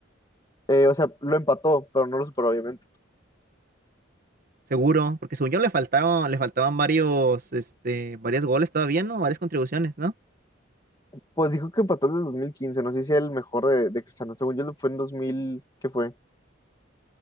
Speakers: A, on the left (about 20°); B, on the right (about 50°).
A: Eh, o sea, lo empató, pero no lo superó obviamente.
B: Seguro, porque según yo le faltaron, le faltaban varios, este, varios goles todavía, ¿no? Varias contribuciones, ¿no?
A: Pues dijo que empató en el 2015 no sé si el mejor de, de Cristiano. Según yo fue en dos mil ¿qué fue?